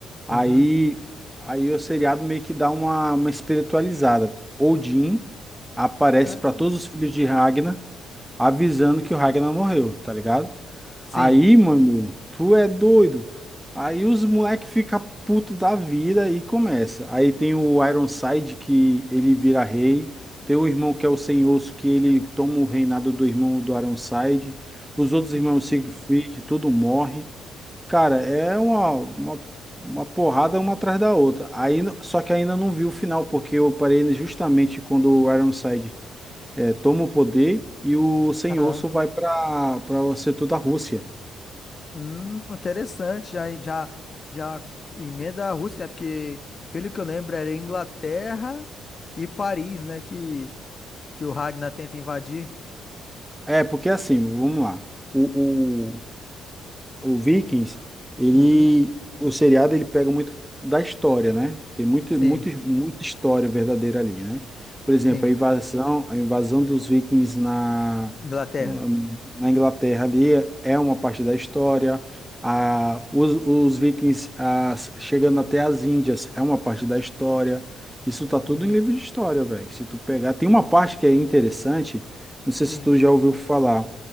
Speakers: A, in the centre; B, on the left.
A: aí
B: Uhum.
A: aí o seriado meio que dá uma, uma espiritualizada. Odin aparece
B: Ah,
A: pra todos os filhos de Ragnar avisando que o Ragnar morreu, tá ligado?
B: Sim.
A: Aí, mano, tu é doido. Aí os moleque fica puto da vida e começa. Aí tem o Ironside que ele vira rei. Tem o irmão que é o Sem Osso que ele toma o reinado do irmão do Ironside. Os outros irmãos
B: uhum.
A: Siegfried, tudo morre. Cara, é uma, uma, uma porrada uma atrás da outra. Aí, só que ainda não vi o final, porque eu parei justamente quando o Ironside eh, toma o poder e o Sem
B: Aham.
A: Osso vai para para o setor da Rússia.
B: Hum, interessante. Já, já, já emenda a Rússia, né? Porque, pelo que eu lembro, era Inglaterra e Paris, né? Que, que o Ragnar tenta invadir.
A: É, porque assim, vamos lá. O, o, o Vikings, ele,
B: Uhum.
A: o seriado, ele pega muito da história, né? Tem muito,
B: Sim,
A: muito, muita história verdadeira ali, né? Por exemplo,
B: sim.
A: a invasão, a invasão dos Vikings na,
B: Inglaterra.
A: na, na Inglaterra ali é uma parte da história. A, os, os Vikings ah, chegando até as Índias é uma parte da história. Isso tá tudo
B: Uhum.
A: em livro de história, velho. Se tu pegar, tem uma parte que é interessante, não sei
B: Sim,
A: se tu já ouviu falar